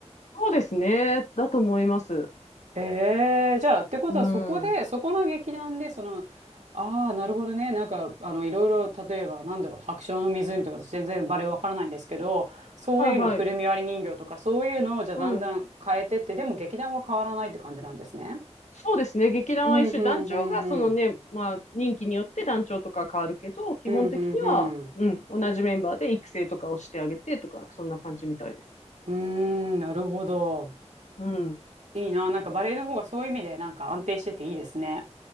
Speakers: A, on the left (about 85°); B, on the right (about 90°).
A: そうですね。だと思います。
B: ええ、じゃあってことはそこで、
A: うん。
B: そこの劇団で、その、ああ、なるほどね。なんか、あの、いろいろ、例えば、なんだろう、白鳥の湖とか、私全然バレエわからないんですけど、そういうの、
A: はいはい。
B: くるみ割り人形とか、そういうのを、じゃあだんだん変えてって、
A: うん。
B: でも劇団は変わらないって感じなんですね。
A: そうですね。劇団は一緒。
B: うん、うん、
A: 団長が、
B: うん、うん。
A: そのね、まあ、任期によって団長とか変わるけど、基本的には、
B: うん、うん、うん。
A: うん、同じメンバーで育成とかをしてあげてとか、そんな感じみたいです。
B: うーん、なるほど。
A: うん。
B: いいな。なんかバレエの方がそういう意味で、なんか安定してていいですね。